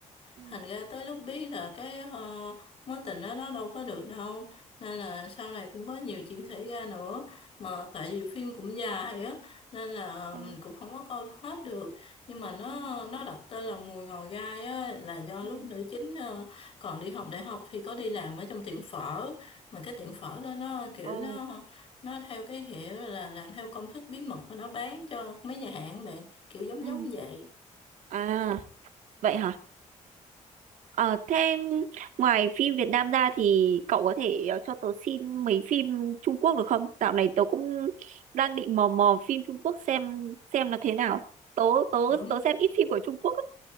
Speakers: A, on the right; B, on the left.
A: ừ
B: thành ra tới lúc biết là cái ờ, mối tình đó nó đâu có được đâu nên là sau này cũng có nhiều chuyện xảy ra nữa mà tại vì phim cũng dài á nên là
A: ờ
B: mình cũng không có coi hết được nhưng mà nó
A: ừ
B: nó đặt tên là Mùi Ngò Gai á là do
A: ừ
B: lúc nữ chính ờ, còn đi học đại học thì có đi làm ở trong tiệm phở mà cái tiệm phở đó nó kiểu
A: ồ
B: nó nó theo cái kiểu là làm theo công thức bí mật mà nó bán cho mấy nhà hàng bạn kiểu giống
A: ừ
B: giống vậy
A: à vậy hả ờ thế ngoài phim Việt Nam ra thì cậu có thể ờ, cho tớ xin mấy phim Trung Quốc được không dạo này tớ cũng đang định mò mò phim Trung Quốc xem xem là thế nào tớ tớ
B: ừ
A: tớ xem ít phim của Trung Quốc